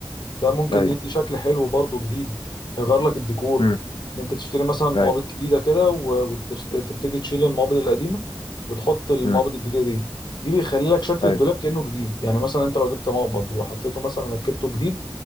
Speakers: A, on the left; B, on the left.
A: ده ممكن
B: ايوه
A: يدي شكل حلو برضو جديد هيغير لك الديكور
B: امم
A: ان انت تشتري مثلا مقابض
B: ايوه
A: جديدة كده وتبتدي تشيل المقابض القديمة وتحط المقابض
B: امم
A: الجديدة دي دي بيخلي لك شكل
B: ايوه
A: الدولاب كأنه جديد يعني مثلا انت لو جبت مقبض وحطيته مثلا ركبته جديد